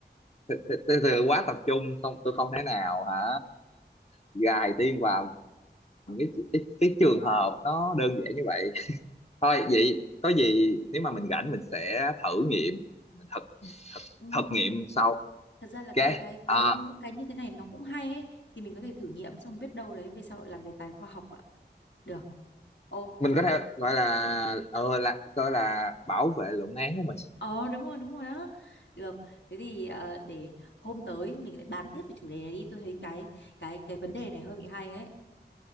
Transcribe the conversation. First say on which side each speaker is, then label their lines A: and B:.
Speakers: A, on the left (about 35°); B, on the left (about 85°).
A: thực, thực, thực sự quá tập trung không tôi không thể nào hả gài Tiên vào cái, cái cái trường hợp nó đơn giản như vậy thôi vậy có gì nếu mà mình rảnh mình sẽ thử nghiệm mình thực thực,
B: Ừ.
A: thực nghiệm sau
B: Thật ra là cái
A: ok
B: cái
A: à,
B: cái những cái như thế này nó cũng hay ấy thì mình có thể thử nghiệm xong biết đâu đấy về sau làm đề tài khoa học ạ. Được. Ok.
A: mình có thể gọi là ờ là coi là bảo vệ luận án của mình
B: Ờ đúng rồi đúng rồi á Được thế thì ờ, để hôm tới mình lại bàn tiếp về chủ đề này đi Tôi thấy cái cái cái vấn đề này hơi bị hay ấy